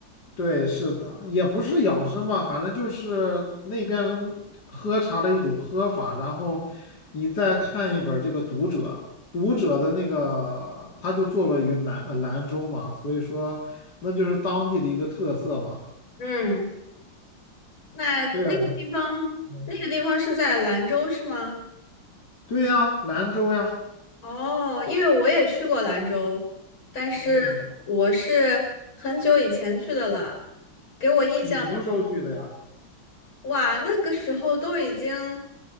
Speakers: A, on the left (about 55°); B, on the left (about 85°).
A: 对，是的，也不是养生吧，反正就是那边喝茶的一种喝法。然后你再看一本这个《读者》，《读者》的那个他就坐落于兰呃兰州嘛，所以说那就是当地的一个特色嘛。
B: 嗯，那那个地方，
A: 对呀，嗯
B: 那个地方是在兰州是吗？
A: 对呀，兰州呀，
B: 哦，因为我也去过兰州，但是我是很久以前去的了，
A: 嗯，
B: 给我印象，
A: 你什么时候去的呀？
B: 哇，那个时候都已经